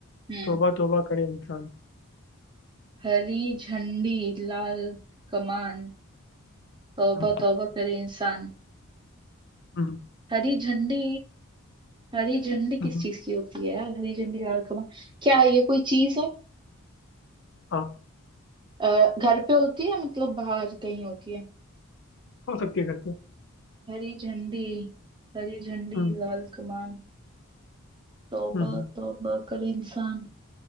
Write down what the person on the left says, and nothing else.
तौबा तौबा करे इंसान
हम्म,
हम्म,
हम्म,
हाँ
हो सकती है घर पे
हम्म
हम्म